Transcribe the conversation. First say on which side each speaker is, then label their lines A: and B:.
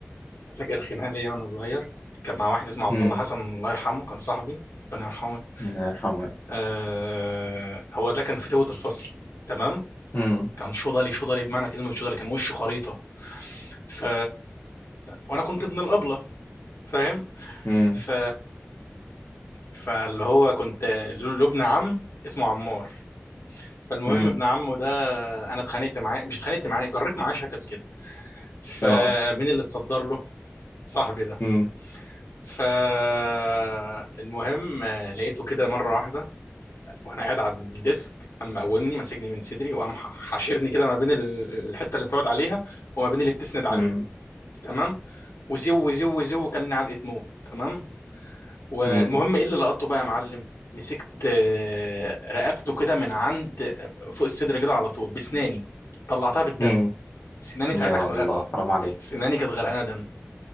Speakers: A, on the left; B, on the left.
A: فاكر خناقه ليا وانا صغير كان مع واحد اسمه عبد
B: امم
A: الله حسن الله يرحمه كان صاحبي ربنا يرحمه
B: الله يرحمه
A: آه هو ده كان فتوة الفصل تمام
B: امم
A: كان شوضلي شوضلي بمعنى كلمه شوضلي كان وشه خريطه ف وانا كنت ابن الابله فاهم
B: امم
A: ف فاللي هو كنت له ابن عم اسمه عمار فالمهم
B: امم
A: ابن عمه ده انا اتخانقت معاه مش اتخانقت معاه جريت معاه شكل كده فمين
B: اه
A: اللي اتصدر له صاحبي ده
B: امم
A: فالمهم لقيته كده مره واحده وانا قاعد على الديسك اما قومني ماسكني من صدري وقام حاشرني كده ما بين ال- الحته اللي بتقعد عليها وما بين اللي بتسند عليها
B: امم
A: تمام وزو وزو وزو وكلني علقه موت تمام والمهم
B: امم
A: ايه اللي لقطته بقى يا معلم مسكت آه، رقبته كده من عند آه، فوق الصدر كده على طول بسناني طلعتها بالدم
B: امم
A: سناني ساعتها
B: يا
A: كانت
B: الله
A: غرقه
B: حرام عليك
A: سناني كانت غرقانه دم